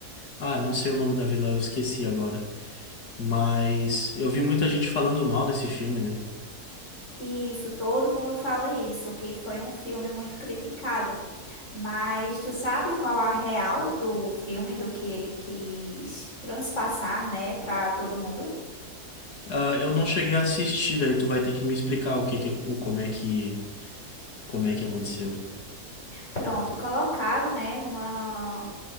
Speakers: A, on the left; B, on the left.
A: Ah, não sei o nome da vilã eu esqueci agora. Mas eu vi muita gente falando mal desse filme, né?
B: Isso, todo mundo fala isso, que foi um filme muito criticado. Mas tu sabe qual a real do filme, do que ele quis transpassar, né, para todo mundo?
A: Ah, eu não cheguei a assistir, daí tu vai ter que me explicar o que que, o, como é que, como é que aconteceu.
B: Pronto, colocaram, né, uma